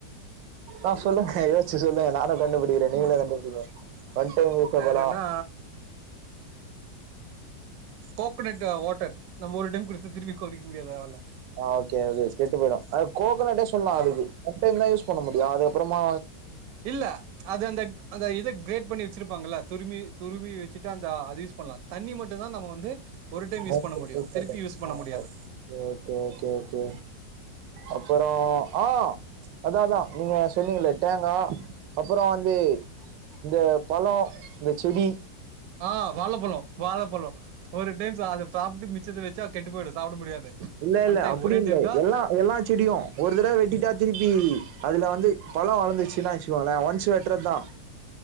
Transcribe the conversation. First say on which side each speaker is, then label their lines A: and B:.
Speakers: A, on the right; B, on the right.
A: ஆஹ் சொல்லுங்க, யோச்சு சொல்லுங்க நானும். கண்டுபிடிக்கிறேன். நீங்களே கண்டுபிடிங்க ஒன் டைம் யூசபலா.
B: வேறன்னா கோகோனட்டு வாட்டர் நம்ம ஒரு டைம் குடித்து திரும்ப்பி கோடிக்க தேவயில்ல.
A: ஹா ஓகே ஒகே கெட்டு பொயிடு அத கோகனட்டே சொல்லா அதுக்கு
B: ஆமா
A: ஒன் டைம் தா யூஸ் பண்ண முடியு அதுகப்றமா
B: இல்ல அது அந்த அந்த இதை கிரேட் பண்ணி வச்சிருப்பாங்கள்ள துருமி துருவி வச்சுட்டு அந்த அது யூஸ் பண்லா தண்ணி மட்டு தா நம்ம வந்து ஒரு டைம் யூஸ்
A: ஓகே
B: பண்ண
A: <inaudible>
B: முடியு திருப்பி யூஸ் பண்ண
A: அ
B: முடியாது
A: ஓகே ஓகே ஓகே அப்பறோ ஆ அதாதா நீங்க சொன்னீங்களே தேங்கா அப்றோ வந்து இந்த பழோ இந்த செடி
B: ஆ வாழப்பழோ வாழப்பழோ ஒரு டைம் ச அத சாப்ட்டு மிச்சத்த வச்சா கெட்டு போய்டு சாப்ட முடியாது
A: இல்ல இல்ல
B: ஒன் டைம்
A: அப்படி
B: ஒரே
A: இல்ல
B: டைம் தா
A: எல்லா எல்லா செடியு ஒரு தடவ வெட்டிட்டா திருப்பி அதுல வந்து பழோ வளர்ந்துருச்சுன்னா வச்சுகோங்களே ஒன்ஸ் வெட்டுறது தா